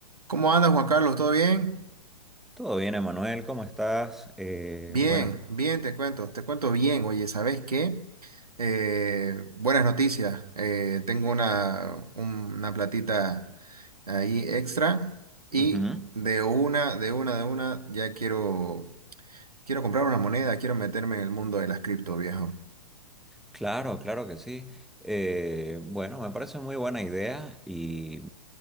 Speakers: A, on the right; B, in the centre.
A: ¿Cómo andas, Juan Carlos? ¿Todo bien?
B: Todo bien, Emanuel, ¿cómo estás? Eh,
A: Bien,
B: buenas.
A: bien, te cuento, te cuento bien. Oye, ¿sabes qué? Eh, buenas noticias. Eh, tengo una, un- una platita ahí extra y
B: Ujú.
A: de una, de una, de una, ya quiero, quiero comprar una moneda, quiero meterme en el mundo de las cripto, viejo.
B: Claro, claro que sí. Eh, bueno, me parece muy buena idea y